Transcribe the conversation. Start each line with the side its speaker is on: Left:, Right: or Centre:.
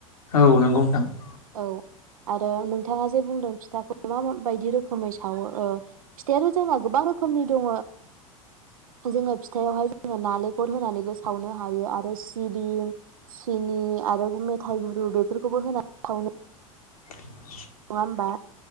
Left: औ नंगौ नोंथां
Right: औ आरो नोंथाङा जे बुंदों फिथाखौ मा मा बायदि रोखोमै सावो। फिथाइाथ जोंना गोबां रोखोमनि दङ ओ जोंङो फिथायावहाय जोङो नालेंखर होनानैबो सावनो हायो आरो सिबिं, सिनि आरो मेथाय गुरु बेफोरखौबो होनानै सावनो
Left: <inaudible>
Right: नङा होमबा